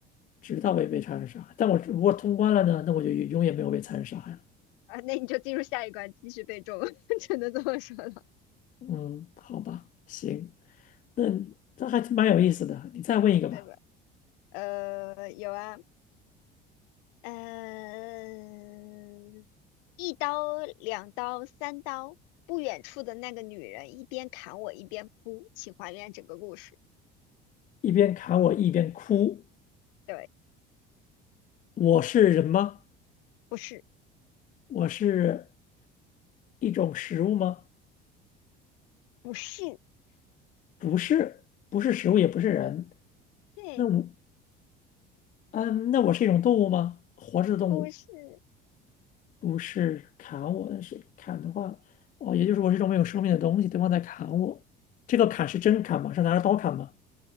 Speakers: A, on the left (about 25°); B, on the left (about 60°).
A: 直到被被残忍杀害。但我如果通关了呢，那我就永远没有被残忍杀害了。
B: 啊，那你就进入下一关，继续被中，<laughs> 只能这么说了，
A: 嗯，好吧，行，那这还蛮有意思的。你再问一个吧，
B: 对吧？呃，有啊，嗯，一刀、两刀、三刀，不远处的那个女人一边砍我一边哭，请还原整个故事。
A: 一边砍我一边哭，
B: 对，
A: 我是人吗？
B: 不是，
A: 我是一种食物吗？
B: 不是，
A: 不是，不是食物，也不是人。
B: 对，
A: 那我，嗯，那我是一种动物吗？活着的动物，
B: 不是，
A: 不是砍我，但是砍的话，哦，也就是我是一种没有生命的东西，对方在砍我。这个砍是真砍吗？是拿着刀砍吗？